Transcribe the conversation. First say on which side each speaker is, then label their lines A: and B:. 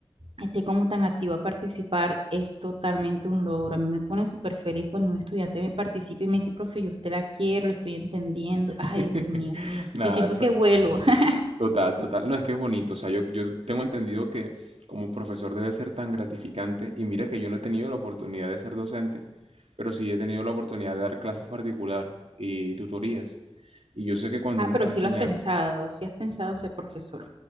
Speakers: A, on the right; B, on the right.
A: esté como tan activo a participar es totalmente un logro. A mí me pone súper feliz cuando un estudiante me participa y me dice, profe, yo usted la quiero, lo estoy entendiendo.
B: <laughs>
A: Ay, Dios mío,
B: Nada,
A: yo siento
B: eso,
A: que vuelo. <laughs>
B: Total, total. No, es que es bonito. O sea, yo, yo tengo entendido que como profesor debe ser tan gratificante. Y mira que yo no he tenido la oportunidad de ser docente, pero sí he tenido la oportunidad de dar clases particular y tutorías. Y yo sé que cuando
A: Ah,
B: uno
A: pero
B: está
A: sí
B: enseñando,
A: lo has pensado, sí has pensado ser profesor.